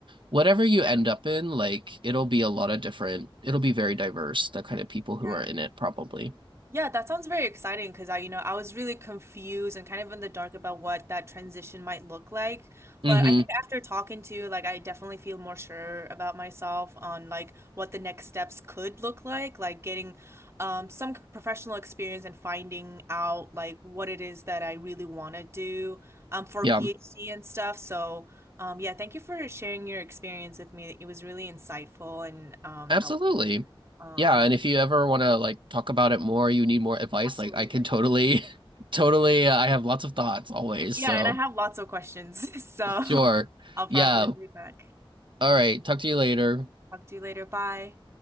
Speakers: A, on the right (about 60°); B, on the right (about 30°).
A: whatever you end
B: yeah.
A: up in, like it'll be a
B: hmm
A: lot of different, it'll be very diverse, the kind of people
B: Yeah.
A: who are in it probably.
B: Yeah, that sounds very exciting because I, you know, I was really confused and kind of in the dark about what that transition might look like.
A: hmm
B: But I think after talking to you, like I definitely feel more sure about myself on like what the next steps could look like, like getting um some c- professional experience and finding out like what it is that I really want to do um for
A: Yeah,
B: a PhD and stuff. So um yeah, thank you for sharing your experience with me. It was really insightful and um
A: absolutely.
B: helpful. Um,
A: Yeah, and if you ever want to like talk about it more, you need more advice,
B: absolutely.
A: like I can totally <laughs> totally uh, I have lots of thoughts always.
B: Yeah,
A: So,
B: and I have lots of questions, <laughs> so
A: sure.
B: I'll
A: Yeah.
B: probably be back.
A: All right, talk to you later.
B: Talk to you later. Bye.